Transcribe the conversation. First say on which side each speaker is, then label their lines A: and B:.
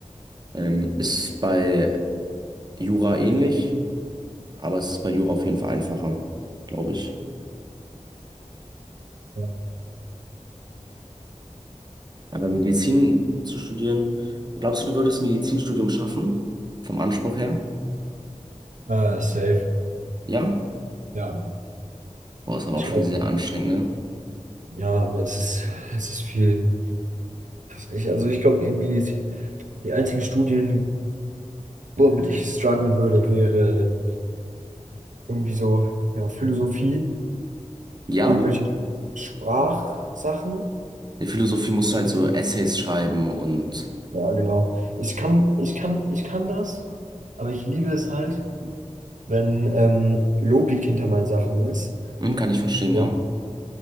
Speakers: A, on the right; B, on the right.
A: Ähm, ist bei Jura ähnlich, aber es ist bei Jura auf jeden Fall einfacher, glaube ich.
B: ja.
A: Aber Medizin zu studieren, glaubst du, du würdest Medizinstudium schaffen? Vom Anspruch her?
B: Äh, safe.
A: Ja?
B: Ja.
A: Boah, ist aber
B: Ich
A: auch
B: glaube,
A: schon sehr anstrengend, ne?
B: ja, aber es ist, es ist viel. Ich, also ich glaube, in Medizin, die einzigen Studien, womit ich strugglen würde, wäre irgendwie so, ja, Philosophie,
A: Ja?
B: irgendwelche Sprachsachen.
A: In Philosophie musst du halt so Essays schreiben und
B: Ja, genau. Ich kann, ich kann, ich kann das, aber ich liebe es halt. wenn ähm, Logik hinter meinen Sachen ist.
A: Mhm, kann ich verstehen,
B: So.
A: ja.